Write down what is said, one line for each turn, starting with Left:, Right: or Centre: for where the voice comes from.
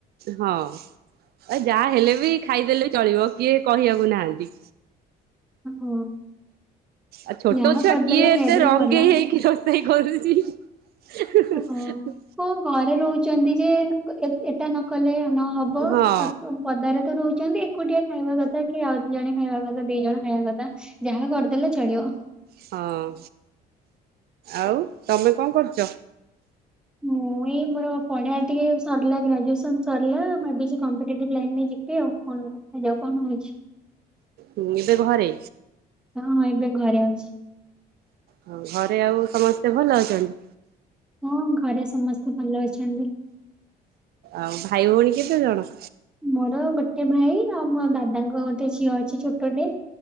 Right: ହଁ ଆଉ ଯାହା ହେଲେ ବି ଖାଇଦେଲେ ବି ଚଳିବ କିଏ କହିବାକୁ ନାହାନ୍ତି।
Centre: ହଁ।
Right: ଆଉ ଛୋଟ
Centre: ଯାହା
Right: ଛୁଆ
Centre: କରିଦେଲେ
Right: କିଏ ଏତେ
Centre: ଖାଇଦେଲେ
Right: ରଙ୍ଗେଇ
Centre: ଗଲା
Right: ହେଇକି କିଏ କରୁଛି ହୁଁ ହୁନୁ
Centre: ଓହୋ।
Right: ହୁଁ।
Centre: କଣ ଘରେ ରହୁଛନ୍ତି ଯେ ଏ ଏଟା ନ କଲେ ନହବ
Right: ହଁ
Centre: ପଦାରେ ତ ରହୁଛନ୍ତି ଏକୁଟିଆ ଖାଇବା କଥା କି ଆଉ ଦ ଜଣେ ଖାଇବା କଥା ଦି ଜଣ ଖାଇବା କଥା। ଯାହା କରିଦେଲେ ଚଳିବ।
Right: ହଁ ଆଉ ତମେ କଣ କରୁଛ?
Centre: ମୁଁ ଏଇ ମୋର ପଢା ଟିକେ ସରିଲା ଗ୍ରାଜୁଏସନ ସରିଲା ଭାବିଛି କମ୍ପିଟେଟିଭ ଲାଇନ ଯ ବି ଆଉ ଦେଖାଯାଉ କଣ ହୋଉଛି।
Right: ହୁଁ ଏବେ ଘରେ?
Centre: ହଁ ହଁ ଏବେ ଘରେ ଅଛି।
Right: ହଉ ଘରେ ଆଉ ସମସ୍ତେ ଭଲ ଅଛନ୍ତି?
Centre: ହଁ ଘରେ ସମସ୍ତେ ଭଲ ଅଛନ୍ତି।
Right: ଆଉ ଭାଇ ଭଉଣୀ କେତେ ଜଣ?
Centre: ମୋର ଗୋଟେ ଭାଇ ଆଉ ମୋ ଦାଦାଙ୍କ ଗୋଟେ ଝିଅ ଅଛି ଛୋଟଟେ।